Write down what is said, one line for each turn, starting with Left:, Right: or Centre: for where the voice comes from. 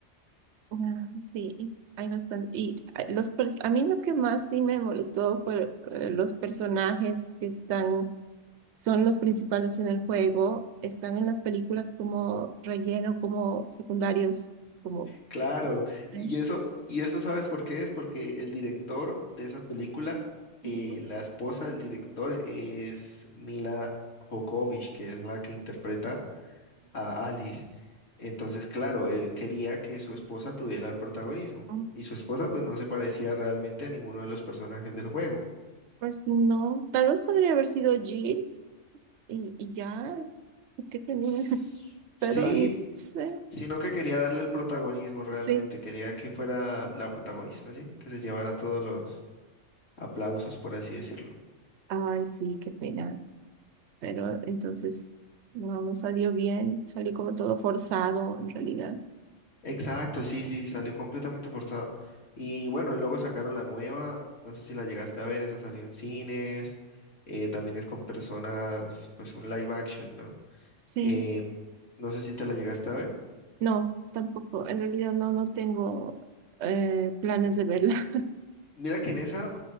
Right: ah, sí, hay bastante. Y ah, los, pers- a mí lo que más sí me molestó fue eh, los personajes que están, son los principales en el juego, están en las películas como relleno, como secundarios, como...
Left: Claro, y
Right: ¿eh?
Left: eso, y eso sabes por qué es, porque el director de esa película, eh,
Right: Ujú,
Left: la esposa del director es Mila Jokovic, que es la que interpreta a Alice. Entonces, claro, él quería que su esposa tuviera el protagonismo,
Right: ujú.
Left: y su esposa pues no se parecía realmente a ninguno de los personajes del juego.
Right: Pues no, tal vez podría haber sido Jill y, y ya, porque tenía,
Left: S-
Right: <laughs> pero
Left: Sí,
Right: no sé,
Left: sino que quería darle el protagonismo realmente,
Right: sí,
Left: quería que fuera la protagonista, ¿sí? Que se llevara todos los aplausos, por así decirlo.
Right: ay, sí, qué pena, pero entonces no, no salió bien, salió como todo forzado en realidad,
Left: Exacto, sí, sí, salió completamente forzado. Y bueno, y luego sacaron la nueva, no sé si la llegaste a ver, esa salió en cines, eh, también es con personas, pues un live action, ¿no?
Right: sí,
Left: Eh, no sé si te la llegaste a ver.
Right: no, tampoco, en realidad no, no tengo eh, planes de verla.
Left: Mira que en esa